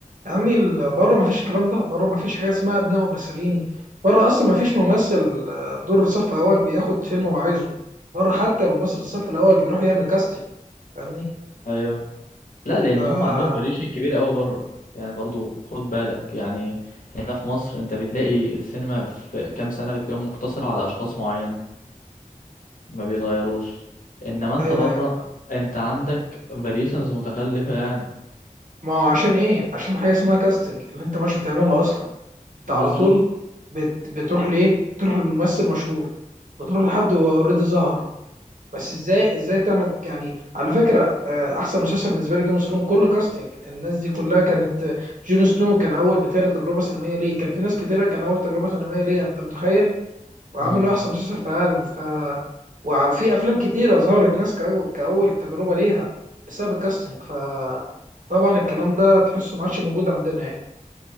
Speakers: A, on the right; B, on the left.
A: يا عمي ال- بره ما فيش الكلام ده بره ما فيش حاجه اسمها ابناء ممثلين بره اصلا ما فيش ممثل آه، دور صف اول بياخد فيلم هو عايزه بره حتى ممثل الصف الاول بيروح يعمل كاستنج فاهمني
B: ايوه لا لان
A: ف
B: هم عندهم فاريشن كبير قوي بره يعني برضو خد بالك يعني هنا في مصر انت بتلاقي السينما في كام سنه بتلاقيهم مقتصره على اشخاص معينه ما بيتغيروش انما انت
A: ايوه
B: بره
A: ايوه
B: انت عندك فاريشنز متخلفه يعني
A: ما هو عشان ايه عشان حاجه اسمها كاستنج اللي انت مش بتعملها اصلا انت
B: بالظبط
A: على طول بت... بتروح ليه تروح لممثل مشهور بتروح لحد هو اوريدي ظهر بس ازاي ازاي تعمل يعني على فكره آه، احسن مسلسل بالنسبه لي جيم اوف ثرونز كله كاستنج الناس دي كلها كانت آه، جون سنو كان اول بتهيألي تجربه سينمائيه ليه كان في ناس كتيره كان اول تجربه سينمائيه ليه انت متخيل وعامل
B: امم
A: له احسن مسلسل في العالم ف وفي افلام كتيره ظهرت ناس كأو- كاول تجربه ليها بسبب الكاستنج ف طبعا الكلام ده تحسه ما عادش موجود عندنا يعني